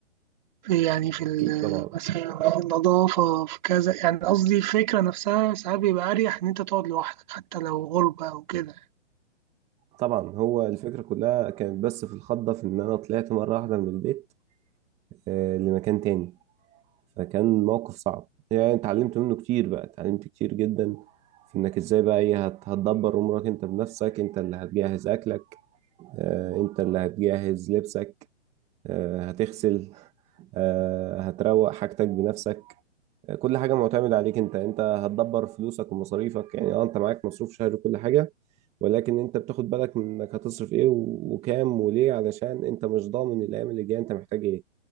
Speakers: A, on the right; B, on the right.
A: في يعني في ال-
B: اكيد طبعا
A: مثلا في النظافة في كذا يعني قصدي الفكرة نفسها ساعات بيبقى أريح إن أنت تقعد لوحدك حتى لو غربة أو كده
B: طبعا هو الفكرة كلها كانت بس في الخضة في إن أنا طلعت مرة واحدة من البيت آه، لمكان تاني فكان موقف صعب يعني اتعلمت منه كتير بقى اتعلمت كتير جدا في إنك إزاي بقى إيه هت- هتدبر أمورك أنت بنفسك أنت اللي هتجهز أكلك آه، أنت اللي هتجهز لبسك آه، هتغسل آه، هتروق حاجتك بنفسك كل حاجة معتمد عليك انت انت هتدبر فلوسك ومصاريفك يعني اه انت معاك مصروف شهري وكل حاجة ولكن انت بتاخد بالك من انك هتصرف ايه و- وكام وليه علشان انت مش ضامن الايام اللي جاية انت محتاج ايه